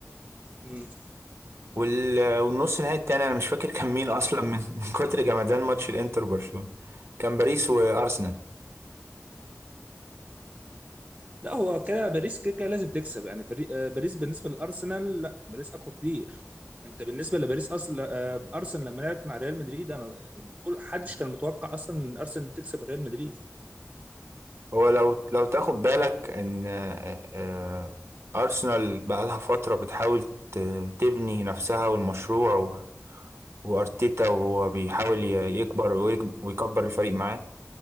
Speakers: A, on the right; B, on the right.
A: مم.
B: وال... والنص نهائي التاني أنا مش فاكر كان مين أصلا من <laughs> من كتر جمدان ماتش الإنتر برشلونة كان باريس وأرسنال
A: لا هو كده باريس كده كده لازم تكسب يعني فريق آه، باريس بالنسبه للارسنال لا باريس اقوى كتير انت بالنسبه لباريس اصلا آه، ارسنال لما لعبت مع ريال مدريد انا كل حدش كان متوقع اصلا ان ارسنال تكسب ريال مدريد
B: هو لو لو تاخد بالك ان آه، آه، ارسنال بقالها فتره بتحاول ت- تبني نفسها والمشروع و- وارتيتا وهو بيحاول ي- يكبر ويج- ويكبر الفريق معاه